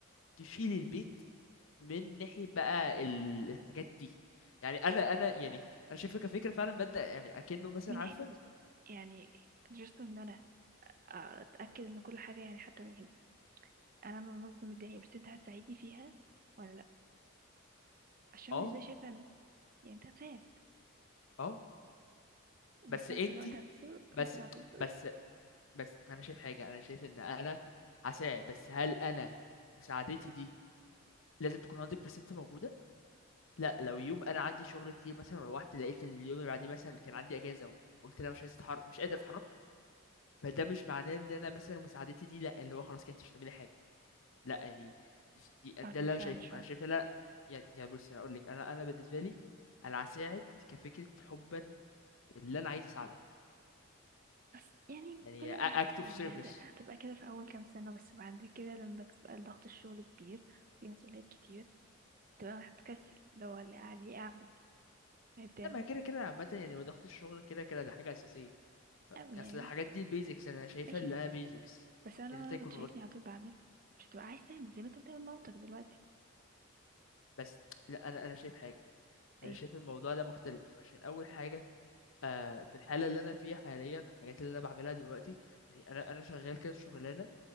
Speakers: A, on the left (about 65°); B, on the right (about 40°).
A: تشيلي البيت من ناحية بقى ال- الحاجات دي يعني انا انا يعني انا شايفها كفكرة فعلا ببدأ يعني اكنه مثلا
B: من ناحيتي
A: عارفة
B: بالظبط يعني جست ان انا اتاكد ان كل حاجة يعني حتى يعني انا بنظم الدنيا بس انت هتساعدني فيها ولا لا عشان
A: اه
B: بالنسبة لي شايفة ان يعني انت هتساعد
A: اه
B: وفي
A: بس انتي
B: نفس الوقت هتصرف
A: بس
B: وانت اللي هتصرف
A: بس بس انا شايف حاجه انا شايف ان انا هساعد بس هل انا مساعدتي دي لازم تكون 100% موجوده لا لو يوم انا عندي شغل كتير مثلا روحت لقيت ان اليوم اللي بعديه مثلا كان عندي اجازه وقلت انا مش عايز اتحرك مش قادر اتحرك فده مش معناه ان انا مثلا مساعدتي دي لا اللي هو خلاص كانت مش هتعملي حاجه لا يعني دي ده
B: لحظة
A: اللي
B: مش
A: انا
B: فاهمة
A: شايفه
B: مش فاهمة
A: انا شايف لا يعني يعني بص انا اقول لك انا انا بالنسبه لي انا هساعد كفكره حبا في اللي انا عايز اساعدك
B: بس يعني
A: يعني
B: كلنا
A: act
B: عارفين
A: of service
B: إن هت- هتبقى كده في أول كام سنة بس بعد كده لما تبقى ضغط الشغل كبير في مسؤوليات كتير تبقى هتكسل لو اللي عليه أعمل اللي بتعمل
A: لما كده كده عامة يعني وضغط الشغل كده كده ده حاجة أساسية
B: أعمل
A: أصل
B: يعني
A: الحاجات
B: بس
A: دي البيزكس أنا شايفها
B: ماشي
A: اللي هي بيزكس
B: بس أنا
A: إن
B: لو
A: أنت
B: أنا
A: يكون
B: بتشاركني
A: وك...
B: على طول بعمل مش هتبقى عايز تعمل زي ما أنت بتعمل مامتك دلوقتي
A: بس لأ أنا أنا شايف حاجة أنا
B: أيوة
A: شايف الموضوع ده مختلف عشان أول حاجة آه في الحالة اللي أنا فيها حاليا الحاجات اللي أنا بعملها دلوقتي يعني أنا أنا شغال كذا شغلانة